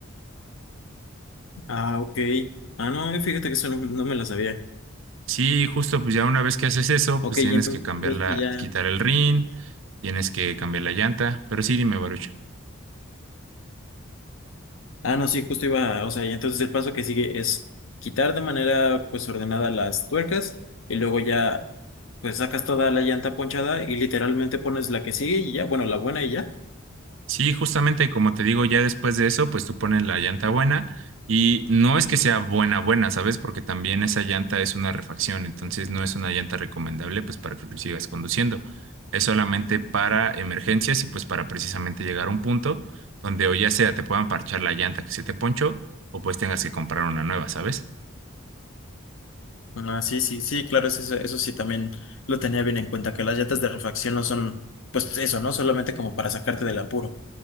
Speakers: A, on the left; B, on the right.
A: Ah, ok. Ah, no, fíjate que eso no, no me lo sabía.
B: Sí, justo, pues ya una vez que haces eso,
A: Ok,
B: pues tienes
A: y entonces
B: que cambiarla,
A: pues que ya.
B: quitar el rin, tienes que cambiar la llanta, pero sí, dime, Baruch.
A: Ah, no, sí, justo iba, o sea, y entonces el paso que sigue es quitar de manera pues ordenada las tuercas y luego ya pues sacas toda la llanta ponchada y literalmente pones la que sigue y ya, bueno, la buena y ya.
B: Sí, justamente como te digo, ya después de eso, pues tú pones la llanta buena y no es que sea buena, buena, ¿sabes? Porque también esa llanta es una refacción, entonces no es una llanta recomendable, pues para que tú sigas conduciendo. Es solamente para emergencias y pues para precisamente llegar a un punto donde o ya sea te puedan parchar la llanta que se te ponchó o pues tengas que comprar una nueva, ¿sabes?
A: Ah, sí, sí, sí, claro, eso, eso eso sí también lo tenía bien en cuenta, que las llantas de refacción no son, pues eso, ¿no? Solamente como para sacarte del apuro.